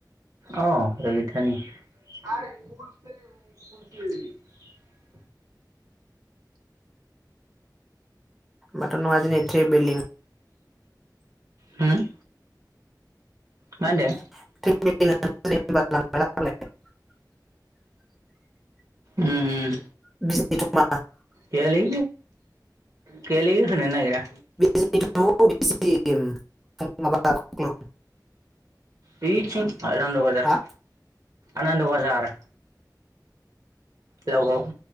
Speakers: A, on the right (about 50°); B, in the centre.
A: अ रबितानि <unintelligible> <unintelligible>
B: बाथ' नोंआ दिनै ट्रेभेलिं
A: हम मा होनदो?
B: <unintelligible> <unintelligible>
A: उम गैयालै गैयालै होनो नो नागिरा
B: <unintelligible> <unintelligible> <unintelligible>
A: बेथिं आनन्द बाजार
B: हा
A: आनन्द बाजार लाव गाव